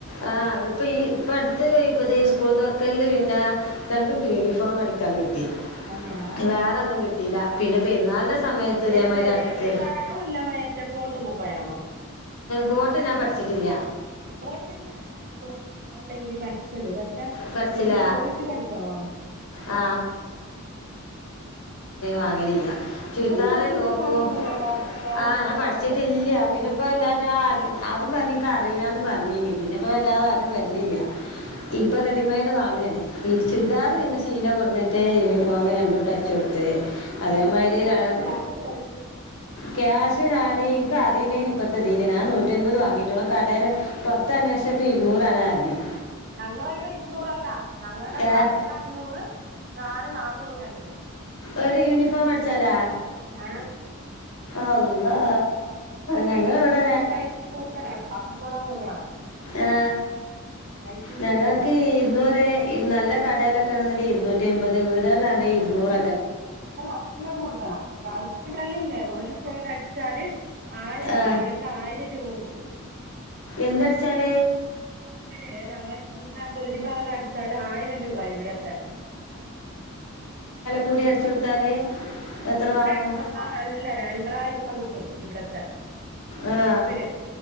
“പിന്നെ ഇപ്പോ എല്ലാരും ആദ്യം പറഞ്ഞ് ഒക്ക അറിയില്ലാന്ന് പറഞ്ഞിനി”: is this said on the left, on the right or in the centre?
Left